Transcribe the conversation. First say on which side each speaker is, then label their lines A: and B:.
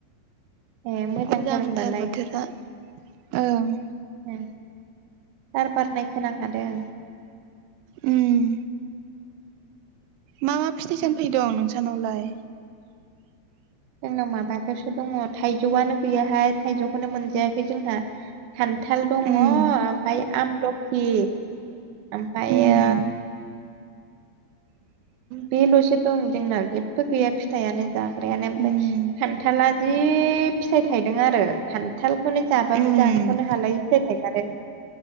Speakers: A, on the right; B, on the right.
A: ए
B: मोजांथार
A: होमबालाय
B: बोथोरा ओं।
A: ओ बार बारनाय खोनाखादों।
B: उम। मा मा फिथाइ
A: उम,
B: सामथाइ दं नोंसानावलाय?
A: जोंनाव माबाजसो दङ थाइजौआनो गैयाहाय थाइजौखौनो मोनजायाखै जोंहा। खान्थाल दङ
B: उम
A: ओमफाय आमलखि। ओमफ्रायो।
B: उम
A: बेल'सो दं जोंनाव जेबो गैया फिथाइयानो जाग्रायानो ओमफ्राय
B: उम
A: खान्थाला जि फिथाइ थाइदों आरो खान्थालखौनो जाबाबो
B: उम
A: जाख'नो हालायो फिथाइ थाइ आरो।